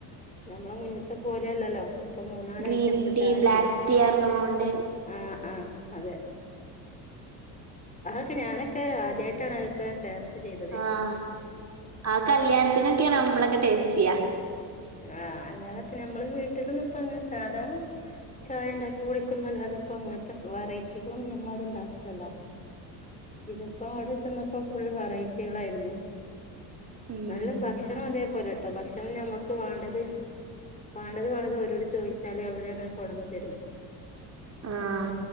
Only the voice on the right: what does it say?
ഗ്രീൻ
ടീ
ബ്ലാക്ക്
ടീ പറഞ്ഞോണ്ട്
ആഹ ആ കല്യാണത്തിനൊക്കെയാണ് അമ്മളൊക്കെ ടേസ്റ്റ് ചെയ്യാ
ഉം
ആഹ്